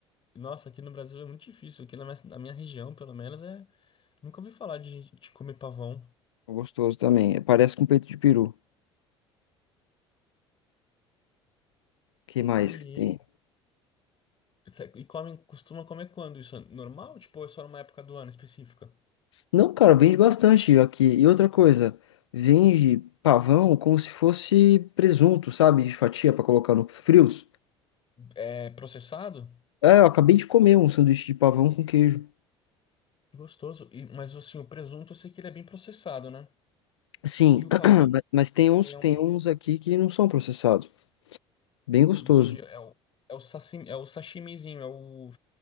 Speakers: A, on the left; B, on the left.
A: Nossa, aqui no Brasil é muito difícil. Aqui na minha, na minha região, pelo menos, é. Nunca ouvi falar de gente que come pavão.
B: É Gostoso também. Parece com peito de peru. Que
A: Entendi.
B: mais que tem?
A: é- E come, costuma comer quando? Isso é normal? Tipo, ou é só numa época do ano específica?
B: Não, cara, vende bastante aqui. E outra coisa, vende pavão como se fosse presunto, sabe? De fatia pra colocar no frios.
A: É processado?
B: É, eu acabei de comer um sanduíche de pavão com queijo.
A: Gostoso. E, mas assim, o presunto eu sei que ele é bem processado, né?
B: Sim,
A: E o
B: <clears throat>
A: pavão
B: ma- mas tem
A: também
B: uns,
A: é
B: tem
A: um.
B: uns aqui que não são processados. Bem gostoso.
A: Entendi. É o, é o, sashimi, é o sashimizinho, é o.